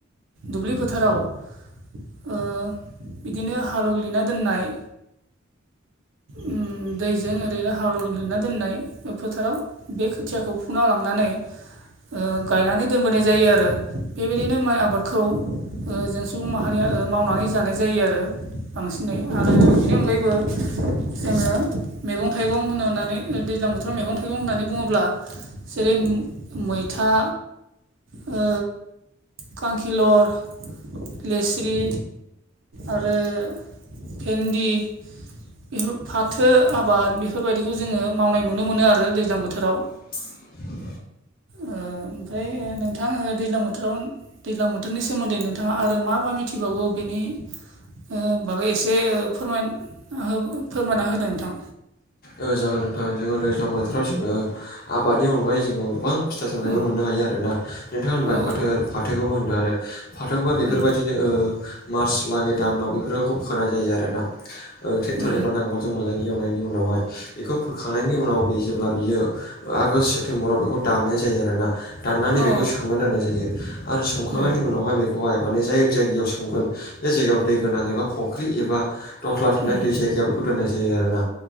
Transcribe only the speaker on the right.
दुब्लि फोथाराव ओ बिदिनो हालौग्लिना दोननाय उम दैजों ओरैनो हालौग्लिना दोननाय फोथाराव बे खोथियाखौ फुना लांनानै ओ गायनानै दोनबोनाय जायो आरो बेबायदिनो माइ आबाद खौ ओ जों सुबुं माहारिया ओ मावनानै जानाय जायो आरो बांसिनै। आरो बेनि अनगायैबो जोङो मैगं थाइगं होनो होननानै दैज्लां बोथोराव मैगं थाइगं होननानै बुङोब्ला जेरै मैथा ओ खांखिलर लेस्रि आरो भेन्दि बेफोर फाथो आबाद बेफोरबायदिखौ जोङो मावनाय नुनो मोनो आरो दैज्लां बोथोराव।
ओ ओमफ्राय नोंथां ओ दैज्लां बोथोराव दैज्लां बोथोरनि सोमोन्दै नोंथाङा आरो मा मा मिथिबावगौ बेनि ओ बागै एसे ओ फोरमाय ओ फोरमायना होदों नोंथां।
औ
औ
उम
उम
औ
उम
उम